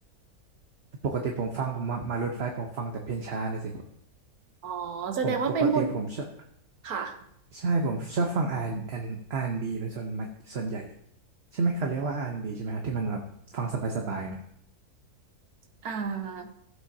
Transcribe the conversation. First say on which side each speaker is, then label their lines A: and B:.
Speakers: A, on the right (about 45°); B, on the right (about 70°).
A: ปกติผมฟังผมมามารูทไฟว์ผมฟังแต่เพลงช้านะสิ
B: อ๋อแสดงว่าเป็นคน
A: <laughs> ผมปกติผมชอบ
B: ค่ะ
A: ใช่ผมชอบฟัง R&B R&B เป็นส่วนมากส่วนใหญ่ใช่ไหมเขาเรียกว่าอาร์แอนด์บ b ใช่ไหมครับที่มันแบบฟังสบายๆหน่อย
B: อ่า